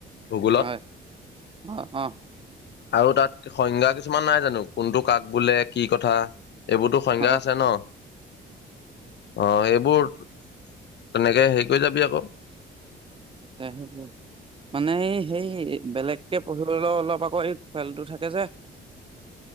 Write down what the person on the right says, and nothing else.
হয় অ অ
হয়
তে হলে মানে সেই বেলেগকে পঢ়িবলৈ অলপ আকৌ এই খেলটো থাকে যে